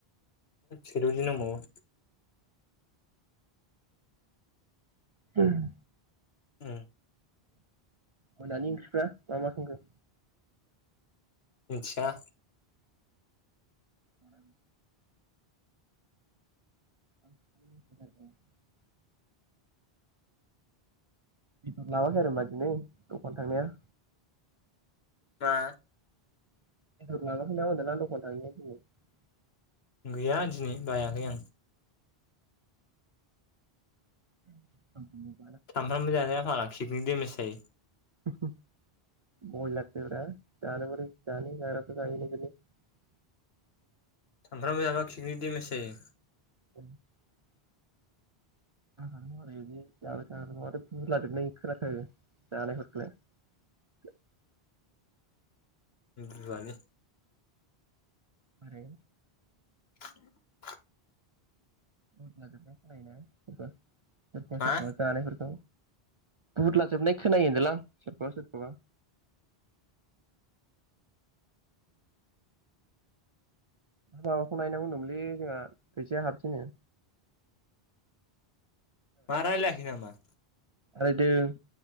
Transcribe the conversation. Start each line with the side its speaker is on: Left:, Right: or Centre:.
Left: सिद' दिन दंबावो
Right: ओमफ्राय
Left: उम
Right: मोनानि ओंख्रिफ्रा मा मा संखो
Left: मिथिया
Right: आरो <unintelligible> बेदर लाबाखै आरो होमबा दिनै दखान थांनाया
Left: मा
Right: बेदर <unintelligible>
Left: गैया दिनै बायाखै आं
Right: <unintelligible>
Left: सामफ्रामबो जाजाया फाग्ला किकनिक दडेमेज जायो
Right: <unintelligible>
Left: सानफ्रामबो जाबा किकनिक डेमेज जायो
Right: <unintelligible> <unintelligible>
Left: बुआलै
Right: बोरै
Left: उ <unintelligible>
Right: <unintelligible> सोरखौबा
Left: मा
Right: सोरखौबा जानायफोरखौ बुदला जोबनाय खोनायो होनदोलां सोरखौबा सोरखौबा माबाखौ नायनांगौहोनदोंमोनलै जोंहा फैसाया हाबनोसै नो
Left: मा रायलायाखै नामा
Right: रायलायदों